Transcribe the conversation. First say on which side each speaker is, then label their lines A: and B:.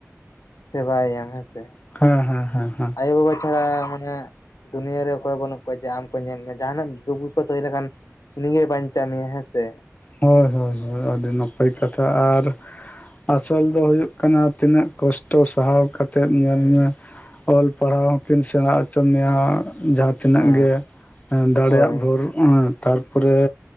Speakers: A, on the left; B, on the left.
A: ᱥᱮᱵᱟᱭ-ᱭᱟᱢ ᱦᱮᱸ ᱥᱮ᱾
B: ᱦᱟᱸ ᱦᱟᱸ ᱦᱟᱸ᱾
A: ᱟᱭᱳ ᱵᱟᱵᱟ ᱪᱷᱟᱲᱟ ᱢᱟᱱᱮ ᱫᱩᱱᱭᱟᱹᱨᱮ ᱚᱠᱚᱭ ᱵᱟᱹᱱᱩᱜ ᱠᱚᱣᱟ ᱡᱮ ᱟᱢ ᱠᱚ ᱧᱮᱞ ᱢᱮ ᱡᱟᱦᱟᱱᱟᱜ ᱫᱩᱠ ᱵᱤᱯᱚᱫ ᱦᱩᱭ ᱞᱮᱠᱷᱟᱱ᱾ ᱩᱱᱤ ᱜᱮ ᱵᱟᱧᱪᱟᱣ ᱢᱮᱭᱟ ᱦᱮᱸ ᱥᱮ᱾
B: ᱦᱳᱭ ᱦᱳᱭ ᱦᱳᱭ ᱟᱹᱰᱤ ᱱᱟᱯᱟᱭ ᱠᱟᱛᱷᱟ
A: ᱦᱮᱸ
B: ᱟᱨ ᱟᱥᱚᱞ ᱫᱚ ᱦᱩᱭᱩᱜ ᱠᱟᱱᱟ ᱛᱤᱱᱟᱹᱜ ᱠᱚᱥᱴᱚ ᱥᱟᱦᱟᱣ ᱠᱟᱛᱮᱫ ᱧᱮᱞ
A: ᱥᱮ ᱦᱩᱸ
B: ᱢᱮ ᱚᱞ ᱯᱟᱲᱦᱟᱣ ᱦᱚᱸᱠᱤᱱ ᱥᱮᱬᱟ ᱪᱚ ᱢᱮᱭᱟ ᱡᱟᱦᱟᱸ ᱛᱤᱱᱟᱹᱜ
A: ᱦᱮᱸ
B: ᱜᱮ ᱮᱸ ᱫᱟᱲᱮᱭᱟᱜ
A: ᱦᱳᱭ
B: ᱵᱷᱳᱨ ᱮᱸ ᱾ ᱛᱟᱨᱯᱚᱨᱮ